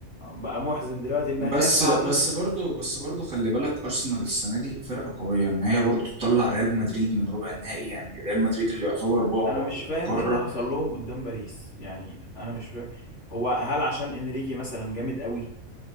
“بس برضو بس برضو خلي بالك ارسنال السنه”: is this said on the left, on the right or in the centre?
Right